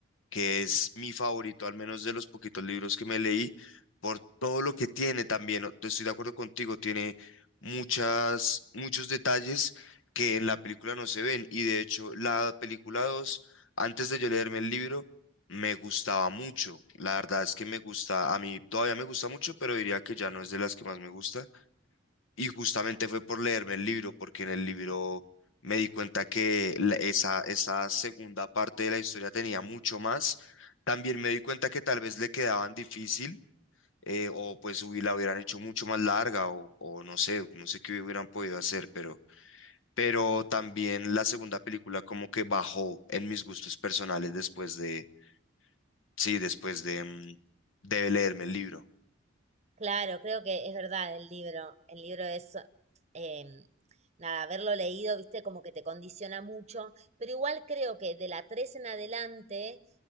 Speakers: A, on the left (about 75°); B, on the right (about 30°).
A: que es mi favorito, al menos de los poquitos libros que me leí, por todo lo que tiene también. o- Estoy de acuerdo contigo, tiene muchas, muchos detalles que en la película no se ven. Y de hecho, la película 2 antes de yo leerme el libro, me gustaba mucho. La verdad es que me gusta, a mí todavía me gusta mucho, pero diría que ya no es de las que más me gusta. Y justamente fue por leerme el libro, porque en el libro me di cuenta que la- esa, esa segunda parte de la historia tenía mucho más. También me di cuenta que tal vez le quedaban difícil, eh, o pues hubi- la hubieran hecho mucho más larga, o, o no sé, no sé qué hubieran podido hacer, pero, pero también la segunda película como que bajó en mis gustos personales después de, sí, después de, mm, de leerme el libro.
B: Claro, creo que es verdad el libro. El libro es, eh, nada, haberlo leído, viste, como que te condiciona mucho, pero igual creo que de la 3 en adelante